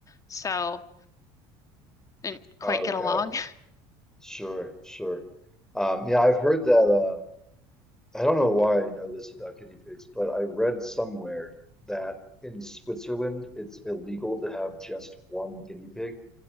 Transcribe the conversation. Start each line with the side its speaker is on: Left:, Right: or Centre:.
Left: so didn't quite
Centre: Okay.
Left: get along. <laughs>
Centre: Sure. Sure. Um, yeah, I've heard that. Uh, I don't know why I know this about guinea pigs, but I read somewhere that in Switzerland it's illegal to have just one guinea pig.